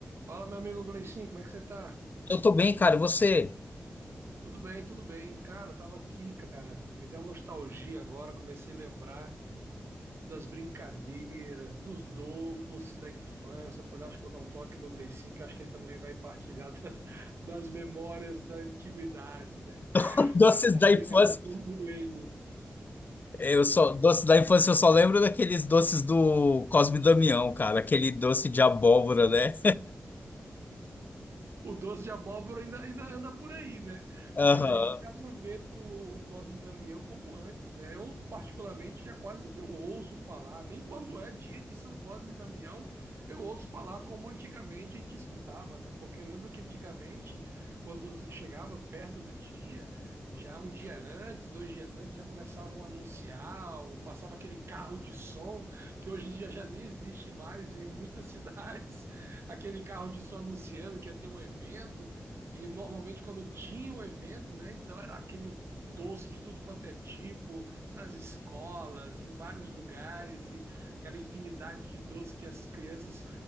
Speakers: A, on the right (about 65°); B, on the left (about 40°).
A: Fala, meu amigo Gleicinho, como é que você tá?
B: Eu tô bem, cara. E você?
A: Tudo bem, tudo bem. Cara, eu tava aqui, cara, me deu uma nostalgia agora, comecei a lembrar das brincadeiras, dos doces da infância. Eu falei, acho que vou dar um toque no Gleicinho, que eu acho que ele também vai partilhar das, das memórias da antiguidade, né?
B: <laughs> Doces
A: A
B: da
A: geração
B: infância.
A: milênio.
B: Eu só, doces da infância eu só lembro daqueles doces do Cosme e Damião, cara. Aquele doce de abóbora, né?
A: O doce de abóbora ainda, ainda anda por aí, né?
B: <laughs>
A: Mas
B: Aham.
A: a gente já não vê o Cosme e Damião como antes, né? Eu, particularmente, já quase não ouço falar, nem quando é dia de São Cosme e Damião, eu ouço falar como antigamente a gente escutava, né? Porque eu lembro que antigamente, quando chegava perto do dia, já um dia antes, dois dias antes, já começavam a anunciar, ou passava aquele carro de som que hoje em dia já nem existe mais em muitas <laughs> cidades aquele carro disso anunciando que ia ter um evento, e normalmente quando tinha o evento, né, então era aquele doce de tudo quanto é tipo, nas escolas, em vários lugares, e aquela infinidade de doce que as crianças